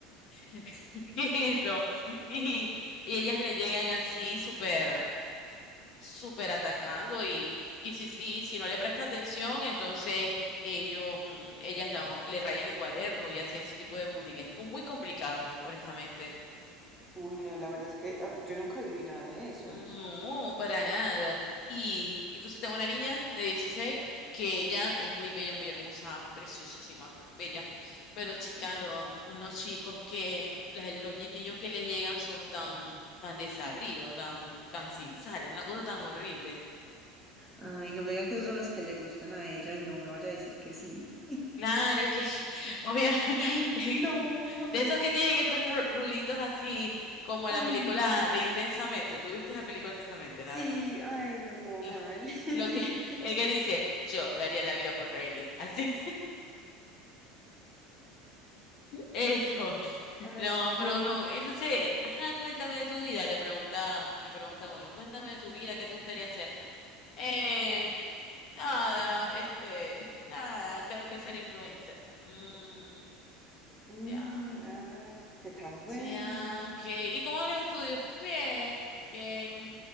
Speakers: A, on the left; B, in the centre.
A: <laughs> ¿qué es eso. Y, y ellas le llegan así súper, súper atacando y, y, si, si y si no le presta atención, entonces ellos, mm, ellas no, le rayan el cuaderno y hacen ese tipo de bullying. Es co- muy complicado, honestamente.
B: Uy, no, la verdad es que ah, yo nunca viví nada de eso.
A: No, para nada. Y, y entonces tengo una niña de 16 que ella es muy bella, muy hermosa, preciosísima, bella. Pero chica, lo- unos chicos que la- los ye- niños que les llegan son tan, tan desabridos, tan, tan sin sal, una cosa tan horrible.
B: Ay, no me digan que esos son los que le gustan a ella y no me vaya a decir que sí.
A: Claro, es que <laughs> obviamente
B: Ay, no.
A: <laughs> de esos que tienen el pelo rulitos así como la
B: Ay,
A: película
B: no.
A: de Intensamente. ¿Tú viste la película Intensamente?
B: Sí, ay, no, todo
A: lo,
B: mal. <laughs>
A: lo que el que dice, yo daría la vida por Riley. Así, <laughs> eso.
B: Ay,
A: No,
B: no.
A: pero no. Entonces, ajá, cuéntame de tu vida, le pregunta, le pregunta a uno, cuéntame de tu vida, ¿qué te gustaría hacer? Eh, nada, este, nada, creo que ser influencer. Mm,
B: Mm,
A: ya.
B: ah, qué tan bueno.
A: Ya, ok. ¿Y cómo van los estudios? Bien, bien.